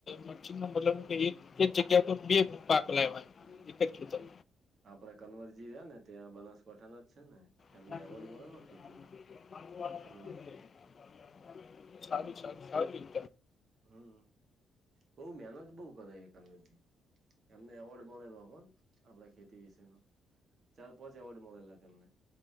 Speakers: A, on the left; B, on the right.
A: મચી ન મતલબ એક એક જગ્યા પર બે પાક લેવાય.
B: હું
A: એક જ ખેતર
B: આપડા કનવરજી રહ્યા ને ત્યાં બનાસકાંઠાના જ છે, ને એમને
A: <unintelligible>
B: એવોર્ડ મળેલો ખેતીમાં કનવરજી
A: <inaudible> સારું, સારું, સારું.
B: હું બઉ મહેનત બહુ કરે છે. એમને એવોર્ડ મળેલો આપડા ખેતી વિશે નો ચાર પાંચ એવોર્ડ મળેલા તેમને